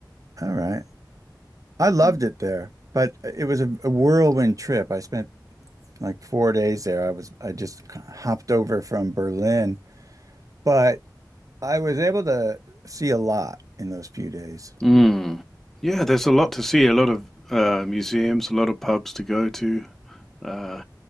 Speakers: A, on the right; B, in the centre.
A: All right. I loved
B: Mm.
A: it there, but uh, it was a, a whirlwind trip. I spent like four days there. I was, I just hopped over from Berlin, but I was able to see a lot in those few days.
B: Mm. Yeah, there's a lot to see, a lot of uh, museums, a lot of pubs to go to. Uh,